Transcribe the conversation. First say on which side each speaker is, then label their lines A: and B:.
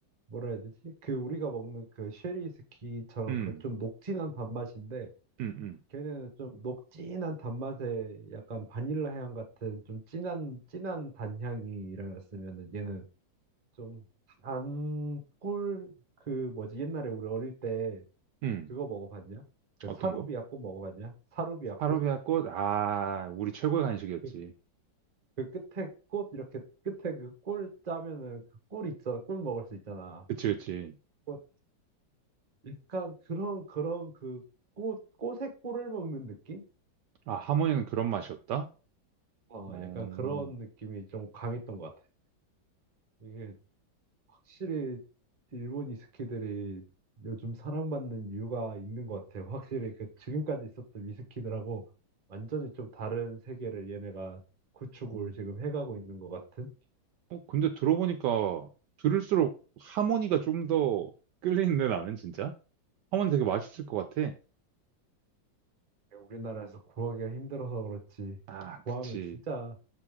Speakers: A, on the right; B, on the right.
A: 뭐라 해야 되지? 그 우리가 먹는 그 쉐리 스키처럼
B: 음,
A: 그 좀 녹진한 밥맛인데
B: 음, 음,
A: 걔네는 좀 녹진한 단맛에 약간 바닐라 향 같은 좀 진한 진한 단향이라면은 얘는 좀 단 꿀 그 뭐지 옛날에 우리 어릴 때
B: 음.
A: 그거 먹어봤냐? 그
B: 어떤
A: 사루비아
B: 거?
A: 꽃 먹어봤냐? 사루비아
B: 파르베아
A: 꽃?
B: 꽃? 아, 우리 최고의 간식이었지.
A: 그 그 끝에 꽃 이렇게 끝에 그 꿀 짜면은 그 꿀이 있잖아. 꿀 먹을 수 있잖아.
B: 그치, 그치.
A: 꽃 약간 그런 그런 그 꽃, 꽃의 꿀을 먹는 느낌?
B: 아, 하모니는 그런 맛이었다?
A: 어,
B: 어,
A: 약간 그런 느낌이 좀 강했던 것 같아. 이게 확실히 일본 위스키들이 요즘 사랑받는 이유가 있는 것 같아. 확실히 그 지금까지 있었던 위스키들하고 완전히 좀 다른 세계를 얘네가 구축을
B: 음.
A: 지금 해가고 있는 것 같은.
B: 어, 근데 들어보니까 들을수록 하모니가 좀 더 끌리는데 나는 진짜? 하모니 되게 맛있을 것 같아.
A: 우리나라에서 구하기가 힘들어서 그렇지.
B: 아,
A: 구하면
B: 그치.
A: 진짜